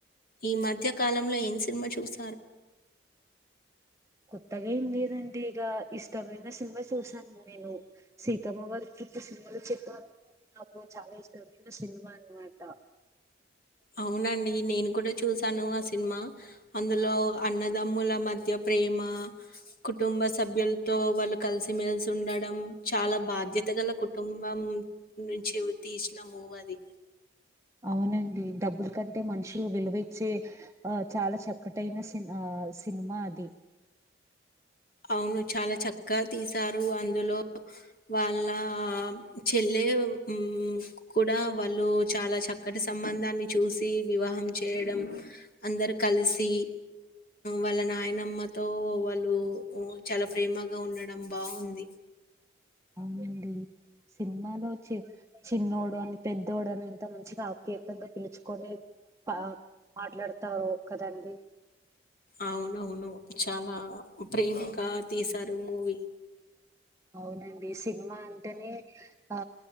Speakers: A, on the left (about 50°); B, on the right (about 15°).
A: ఈ మధ్య కాలంలో ఏం సినిమా చూస
B: కొత్తగా ఏం లేదండి ఇగ ఇష్టమైన సినిమా చూసాను నేన్ నేను సీతమ్మ వాకిట్లో సిరిమల్లె చెట్టు అని నాకు చాలా ఇష్టంమైన సినిమా అన్నమాట
A: అవునండి నేను కూడా చూస్ స్తాను ఆ సినిమా అందులో అన్నదమ్ముల మధ్య ప్రేమ కుటుంబ సభ్యులతో వాళ్ళు కలిసి మెలిసి ఉండడం చాలా బాధ్యత గల కుటుంబం నుంచి తీసిన మూవ్ అది
B: అవునండి డబ్బుల కంటే మనుషులు విలువ ఇచ్చే ఆ చాలా చక్కటైన ఆ సినిమా అది
A: అవును చాలా చక్కగా తీసారు అందులో వాళ్ళ చెల్లె ఎవ్ మ్ కూడా వాళ్ళు చాలా చక్కటి సంబంధాన్ని చూసి వివాహం చేయ డం అందరు కలిసి వాళ్ళ నాయనమ్మతో వాళ్ళు ఒ చాలా ప్రేమగా ఉండడం బావుంది
B: అవునండి సినిమాలోచ్చే చిన్నోడు అని పెద్దోడు అని ఎంత మంచిగా ఆప్యాయతంగా పిలుచుకొని పా మాట్లాడతారు కదండి
A: అవునవును చాలా ప్రేమగా తీశారు మూవీ
B: అవునండి సినిమా అంటేనే ఆ